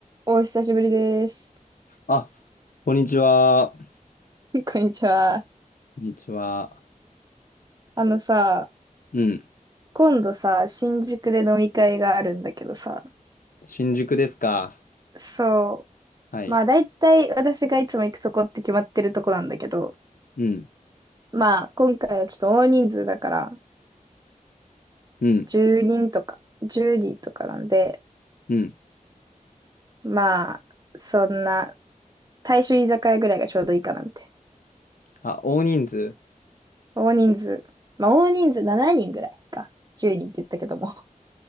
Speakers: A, on the right; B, on the left.
A: お久しぶりです。
B: あ、こんにちは。こ
A: <laughs> こんにちは。
B: んにちは。
A: あのさ、
B: うん。
A: 今度さ、新宿で飲み会があるんだけどさ、
B: 新宿ですか。
A: そ
B: はい。
A: う、まあ大体私がいつも行くとこって決まってるとこなんだけど、
B: うん。
A: まあ今回はちょっと大人数だから、
B: うん。
A: 10人とか、10人とかなんで、
B: うん。
A: まあ、そんな、大衆居酒屋ぐらいがちょうどいいかなみたい
B: あ、大人数。
A: な。大人数、まあ大人数7人ぐらいか。10人って言ったけども。<laughs>